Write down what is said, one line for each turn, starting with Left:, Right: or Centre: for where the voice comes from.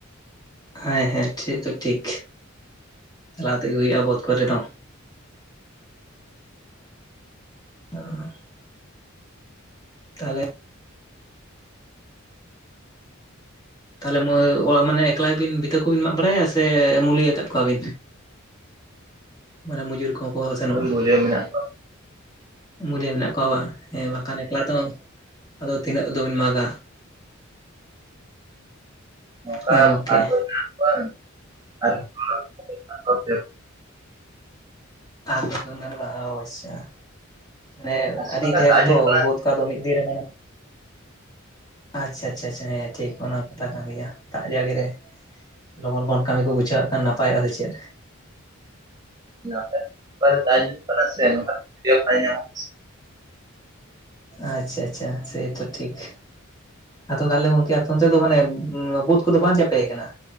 Left: ᱦᱮᱸ ᱦᱮᱸ ᱴᱷᱤᱠ ᱛᱚ ᱴᱷᱤᱠ ᱪᱟᱞᱟᱣ ᱛᱮᱜᱮ ᱦᱩᱭᱩᱜᱼᱟ ᱵᱟᱹᱫᱽ ᱠᱚᱨᱮ ᱫᱚ᱾ ᱚᱸ ᱛᱟᱦᱚᱞᱮ ᱛᱟᱦᱞᱮ ᱢᱟᱹᱭ ᱚᱣᱟ ᱢᱟᱱᱮ ᱮᱠᱞᱟ ᱜᱮ ᱵᱤᱱ ᱵᱤᱛᱟᱹ ᱠᱚᱵᱤᱱ ᱢᱟᱜᱽ ᱵᱟᱲᱟᱭᱟ ᱥᱮ ᱢᱩᱞᱭᱟᱹᱛᱮᱜ ᱠᱚᱣᱟ ᱵᱤᱱ? ᱢᱟᱱᱮ ᱢᱚᱡᱩᱨ ᱠᱚᱦᱚᱸ ᱠᱚ ᱥᱮᱱᱚᱜᱼᱟ
Right: ᱢᱩᱞᱭᱟᱹ ᱢᱮᱱᱟᱜ
Left: ᱢᱩᱞᱟᱹᱭᱟᱹ ᱢᱮᱱᱟᱜ ᱠᱚᱣᱟ ᱵᱟᱝ? ᱦᱮᱸ ᱵᱟᱠᱷᱟᱱ ᱮᱠᱞᱟ ᱛᱚ ᱟᱫᱚ ᱛᱤᱱᱟᱹᱜ ᱫᱚᱵᱤᱱ ᱢᱟᱜᱟ᱾
Right: ᱱᱚᱝᱠᱟ
Left: ᱦᱮᱸ ᱜᱚᱝᱠᱮ,
Right: ᱢᱮᱱᱟᱜ ᱠᱚᱣᱟ ᱟᱨ ᱫᱟᱜ <inaudible>
Left: <inaudible> ᱢᱟᱱᱮ
Right: ᱠᱟᱱᱟ ᱥᱮ
Left: ᱟᱹᱰᱤ
Right: ᱚᱠᱟᱨᱮ
Left: ᱰᱷᱮᱨ
Right: ᱫᱟᱜ
Left: ᱛᱚ
Right: ᱧᱩᱨᱩᱜ
Left: ᱵᱳᱫᱽ ᱠᱚ ᱫᱚ ᱢᱤᱫ ᱫᱤᱱ ᱨᱮ ᱢᱟᱱᱮ ᱟᱪᱪᱷᱟ ᱟᱪᱪᱷᱟ ᱪᱷᱟ ᱦᱮᱸ ᱴᱷᱤᱠ ᱚᱱᱟ ᱠᱟᱛᱷᱟ ᱠᱟᱱ ᱜᱮᱭᱟ ᱫᱟᱜ ᱡᱟᱹᱲᱤ ᱨᱮ ᱞᱚᱜᱚᱱ ᱞᱚᱜᱚᱱ ᱠᱟᱹᱢᱤ ᱠᱚ ᱵᱩᱡᱷᱟᱹᱜ ᱠᱷᱟᱱ ᱱᱟᱯᱟᱭᱚᱜ-ᱟ ᱟᱫᱚ ᱪᱮᱫ᱾
Right: <inaudible>
Left: ᱟᱪᱪᱷᱟ ᱟᱪᱪᱷᱟ ᱥᱮᱛᱚ ᱴᱷᱤᱠ᱾ ᱟᱫᱚ ᱛᱟᱦᱞᱮ ᱜᱚᱝᱠᱮ ᱟᱯᱮ ᱚᱱᱛᱮ ᱫᱚ ᱢᱟᱱᱮ ᱵᱟᱹᱫᱽ ᱠᱚᱫᱚ ᱵᱟᱝ ᱪᱟᱯᱮ ᱟᱠᱟᱱᱟ